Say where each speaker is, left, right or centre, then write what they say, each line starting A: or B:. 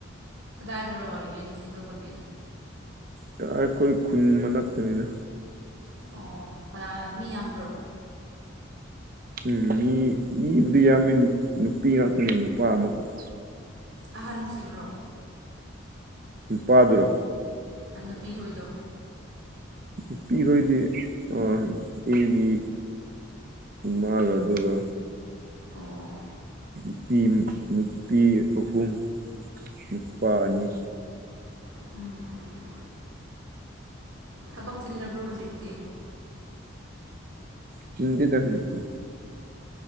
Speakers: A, on the right; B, on the right.
A: ꯀꯗꯥꯏꯗꯔꯣ ꯌꯦꯟ ꯊꯤ ꯂꯧꯕꯗꯤ
B: ꯇꯥ ꯑꯩꯈꯣꯏ ꯈꯨꯟ ꯃꯅꯥꯛꯇꯅꯤꯗ
A: ꯑꯣ ꯀꯅꯥ ꯃꯤ ꯌꯥꯝꯕ꯭ꯔꯣ
B: ꯎꯝ ꯃꯤ ꯃꯤꯕꯨꯗꯤ ꯌꯥꯝꯃꯤ ꯅꯨꯄꯤ ꯉꯥꯛꯇꯅꯤ ꯅꯨꯄꯥ ꯑꯃꯈꯛ
A: ꯑꯍꯟꯁꯤꯡꯔꯣ
B: ꯅꯨꯄꯥꯗꯨꯔꯣ
A: ꯑ ꯅꯨꯄꯤ ꯍꯣꯏꯗꯣ
B: ꯅꯨꯄꯤꯍꯣꯏꯗꯤ ꯑꯥ ꯑꯩꯒꯤ ꯏꯃꯥꯒ ꯑꯗꯨꯒ
A: ꯑꯣ
B: ꯅꯨꯄꯤ ꯅꯨꯄꯤ ꯑꯍꯨꯝ ꯅꯨꯄꯥ ꯑꯅꯤ
A: ꯑꯣ ꯊꯕꯛ ꯆꯤꯟꯗꯕ꯭ꯔꯣ ꯍꯧꯖꯤꯛꯇꯤ
B: ꯆꯤꯟꯗꯦꯗ ꯍꯧꯖꯤꯛꯇꯤ